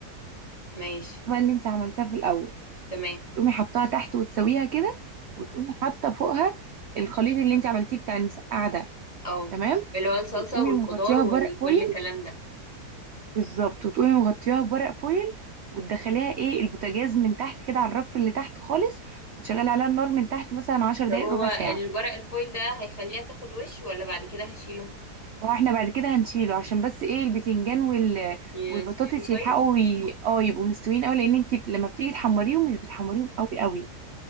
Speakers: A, on the left (about 20°); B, on the right (about 65°).
A: ماشي
B: بقى اللي انت عملتها في الاول
A: تمام
B: بتقومي حطاها تحت وتسويها كده وتقومي حاطه فوقها الخليط اللي انت عملتيه بتاع المسقعه ده
A: اه
B: تمام
A: اللي هو الصلصة
B: وتقومي
A: والخضار
B: مغطياها
A: وكل
B: بورق فويل
A: الكلام ده
B: بالظبط وتقومي مغطياها بورق فويل وتدخليها ايه البوتاجاز من تحت كده على الرف اللي تحت خالص وتشغلي عليها النار من تحت مثلا عشر
A: طب
B: دقايق
A: هو
B: ربع
A: الورق
B: ساعة
A: الفويل ده هيخليها تاخد وش ولا بعد كده هشيله
B: ما هو احنا بعد كده هنشيله عشان بس ايه البتنجان وال...
A: يستوي
B: والبطاطس
A: كويس
B: يلحقوا ي... اه يبقوا مستويين قوي لان انت لما بتيجي تحمريهم مش بتحمريهم قوي قوي